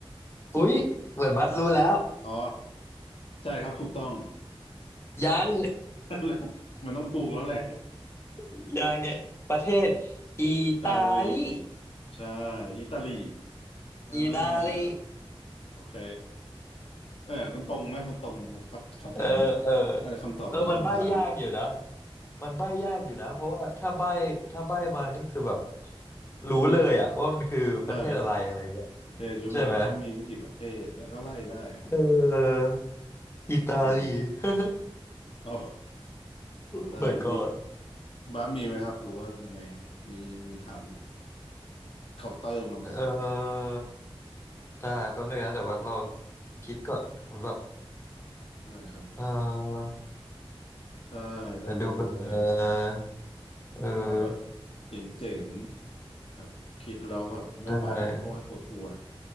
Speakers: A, on the left; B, on the left.
A: อุ๊ยเหมือนบัสรู้แล้ว
B: อ๋อใช่ครับถูกต้อง
A: ยัง
B: <laughs> แล้วมันต้องถูกแล้วแหละ
A: <laughs> ยังไงประเทศอิตาลี
B: อิตาลีใช่อิตาลี อ่า
A: อิตาลี
B: โอเคเออมันตรงไหมมันตรงมันคำคำถาม
A: เออเออ
B: เออคำตอบอยู่ในคำถาม
A: เออมันใบ้ยากอยู่นะมันใบ้ยากอยู่นะเพราะว่าถ้าใบ้ถ้าใบ้มานี่คือแบบรู้เลยอะว่ามันคือประเทศอะไรอะไรอย่างเงี้ย
B: ใช่ประเทศยุโรปก็มีไม่กี่ประเทศแล้วก็ไล่ได้ครับ
A: ใช่ไหมเอออิตาลี
B: อืม
A: <laughs>
B: เอาเอาได้มี
A: Oh my god
B: บ้านมีไหมครับหรือว่ายังไงมีมีถามเคาน์เตอร์มาไหม
A: เออได้แป๊บนึงนะแต่ว่าลองคิดก่อนแบบ
B: ได้ครับ
A: เออ
B: ได้ได้เลย
A: เดี๋ยวดูก่อนนะเออ
B: ขอแบบเจ๋งๆแบบคิดแล้วแบบไม่ไหวโอ้ยปวดหัว
A: ได้